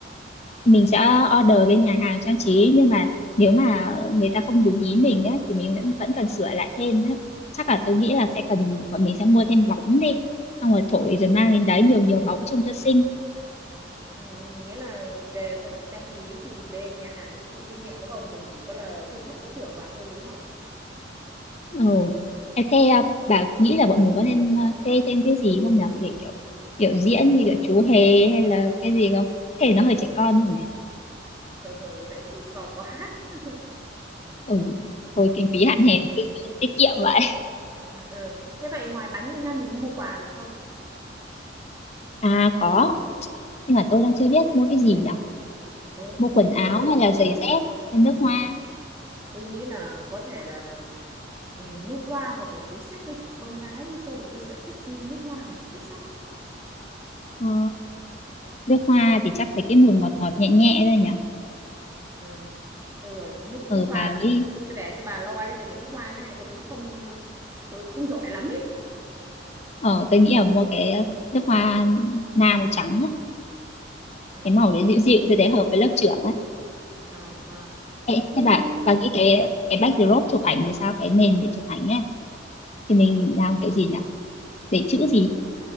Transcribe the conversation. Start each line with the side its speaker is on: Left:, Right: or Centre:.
Left: mình sẽ order bên nhà hàng trang trí nhưng mà nếu mà người ta không đúng ý mình á thì mình vẫn vẫn cần sửa lại thêm á chắc là tôi nghĩ là sẽ cần bọn mình sẽ mua thêm bóng đi xong rồi thổi rồi mang đến đấy nhiều nhiều bóng trông cho xinh
Right: Ừ, ừ, nghĩa là về phần trang trí thì bên nhà hàng sẽ chịu trách nhiệm đúng không? Mình chỉ có là thêm thắt ý tưởng vào thôi đúng không?
Left: ừ Ê, thế à, bà nghĩ là bọn mình có nên à, thuê thêm cái gì không nhỉ để kiểu biểu diễn như kiểu chú hề hay là cái gì không thế nó hơi trẻ con không nhỉ
Right: Ừ, ừ, vậy xì xò quá <laughs> hát.
Left: ừ
Right: Ừ.
Left: thôi kinh phí hạn hẹp cứ tiết kiệm vậy
Right: Ừ. Thế vậy ngoài bánh ra nha mình có mua quà gì không?
Left: à có nhưng mà tôi đang chưa biết mua cái gì nhỉ
Right: Thôi,
Left: mua quần
Right: thôi
Left: áo
Right: lớp trưởng
Left: hay là giày dép hay nước
Right: Ừ.
Left: hoa
Right: Tôi nghĩ là có thể là ừ, nước hoa hoặc là túi xách đi. Con gái như tôi tôi sẽ thích nước hoa hoặc túi xách.
Left: Ờ, nước hoa thì chắc phải cái mùi ngọt ngọt nhẹ nhẹ thôi nhỉ
Right: À, Thôi rồi nước nước
Left: ừ
Right: hoa
Left: bà nghĩ
Right: thì thôi tôi để cho bà lo nhé tại vì nước hoa cái này tôi cũng không ờ, tôi không giỏi lắm ấy
Left: ờ tôi nghĩ là mua cái ờ, nước hoa na màu trắng á.
Right: Ờ,
Left: cái màu
Right: ờ,
Left: đấy dịu dịu tôi thấy hợp với lớp trưởng ấy
Right: ờ, ờ.
Left: Ê,
Right: thế
Left: thế bà bà nghĩ cái
Right: ừ,
Left: cái backdrop chụp ảnh thì sao cái nền để chụp ảnh ấy thì mình làm kiểu gì nhỉ để chữ gì